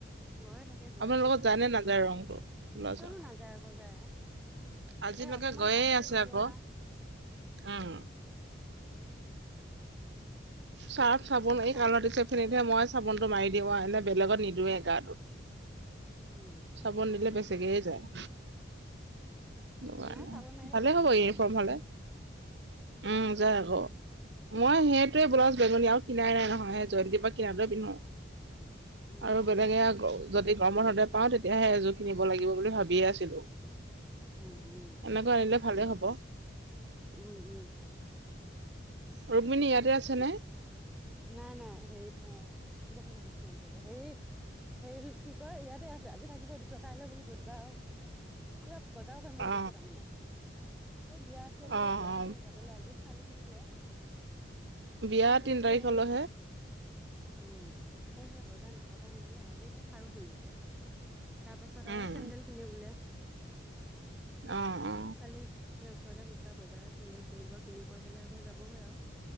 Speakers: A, in the centre; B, on the right.
A: গৈয়ে থাকে গৈয়ে
B: আপোনালোকৰ
A: থাকে
B: যায় নে নাযায় ৰংটো ব্লাউজৰ।
A: কতো নাযায় আকৌ যায়
B: আজিলৈকে
A: এ অকমান
B: গৈয়ে
A: পানী
B: আছে
A: দি দিওঁ
B: আকৌ,
A: আ
B: উম
A: <unintelligible>
B: ৰ্চাফ চাবোন এই
A: পানী
B: কালাৰতো চোন মই চাবোনটো মাৰি দিওঁ, এনে বেলেগত নিদওঁৱে গাটোত
A: উম
B: চাবোন দিলে বেচিকেইয়ে যায়। ভালে
A: নাই চাবোন মাৰিলে বেছিকে
B: হ'ব ইউনিফৰ্ম
A: যায়গৈ
B: হলে। উম যাই আকৌ। মই সেইটোৱে ব্লাউজ বেঙুনীয়া আৰু কিনাই নাই নহয় জয়ন্তীৰ পৰা কিনাটোহে পিন্ধো।
A: উম
B: আৰু
A: উম
B: বেলেগে যদি গৰমৰ হতে পাওঁ তেতিয়াহে এযোৰ কিনিব লাগিব বুলি ভাবিয়ে আছিলো।
A: উম উম
B: এনেকৈ আনিলে ভালে হব।
A: উম উম
B: ৰুক্মিণী
A: বহি
B: ইয়াতে
A: লওঁ অকমান
B: আছে নে?
A: নাই নাই সেইত বহ <unintelligible> হেই হেৰি কি কয় ইয়াতে আছে আজি থাকিব দিছে, কাইলৈ বোলো বুধবাৰ কিবা বজাৰও কৰিম বুলি
B: অ
A: কৈছে তাৰমানে এই বিয়া আছে বোলে
B: অ
A: বিয়া
B: অ
A: হতেহে যাবলৈ আজি <inaudible> কিনিলে
B: বিয়া
A: তাৰ পাছ
B: তিন
A: এতি
B: তাৰিখলৈহে
A: আহেই উম আকৌ সেই বজাৰ নাপাব বুলিয়ে আজিহে সাৰু কিনিছে। তাৰপাছত আৰু
B: উম
A: চেডেল কিনিবলে।
B: অ অ
A: কালি <inaudible> বা বজাৰত চেন্দেল কিনিব কিনি কৰি পেলাই আকৌ যাবগৈ আৰু।